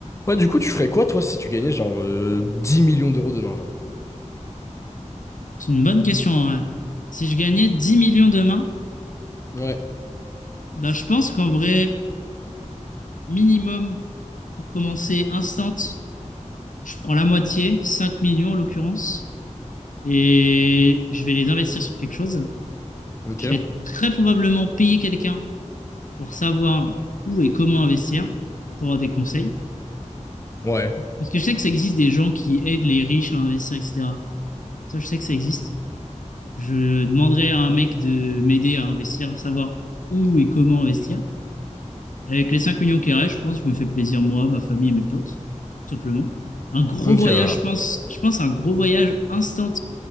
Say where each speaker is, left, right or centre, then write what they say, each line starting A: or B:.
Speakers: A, on the left; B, on the left.
A: Ouais, du coup, tu ferais quoi, toi, si tu gagnais genre euh, 10 millions d'euros demain, genre?
B: C'est une bonne question, en vrai. Si je gagnais 10 millions demain,
A: Ouais.
B: bah, je pense qu'en vrai, minimum, pour commencer instant, je prends la moitié, 5 millions en l'occurrence, et je vais les investir sur quelque chose.
A: Ok.
B: Je vais très probablement payer quelqu'un pour savoir où et comment investir, pour avoir des conseils.
A: Ouais.
B: Parce que je sais que ça existe des gens qui aident les riches à investir, etc. Ça, je sais que ça existe. Je demanderai à un mec de m'aider à investir, savoir où et comment investir. Avec les 5 millions qui restent, je pense, je me fais plaisir moi, ma famille et mes potes, tout simplement. Un gros
A: Ok.
B: voyage,
A: euh,
B: je pense, je pense à un gros voyage instant,